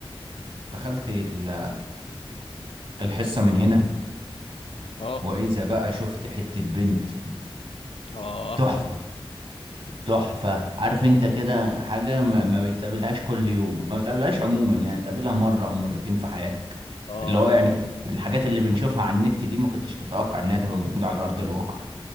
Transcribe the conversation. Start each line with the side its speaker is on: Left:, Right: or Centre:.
Right: دخلت ال- الحصه من هنا
Left: اه
Right: واذا بقى شفت حته بنت
Left: اه
Right: تحفه تحفه عارف انت كده حاجه ما ما بتقابلهاش كل يوم ما بتقابلهاش عموما يعني بتقابلها مره او مرتين في حياتك
Left: اه
Right: اللي هو يعني الحاجات اللي بنشوفها على النت دي ما كنتش تتوقع انها تبقى موجوده على ارض الواقع